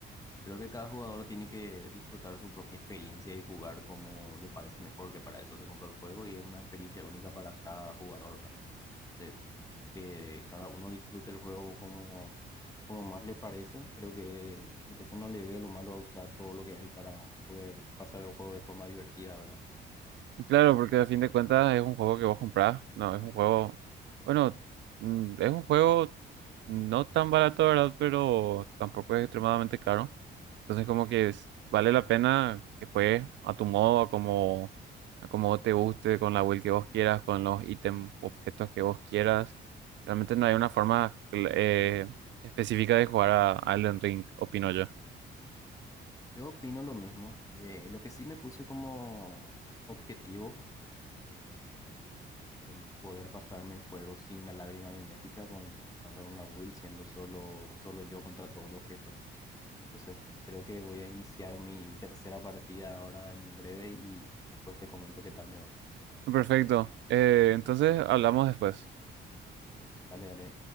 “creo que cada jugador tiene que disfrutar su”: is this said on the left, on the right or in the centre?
Left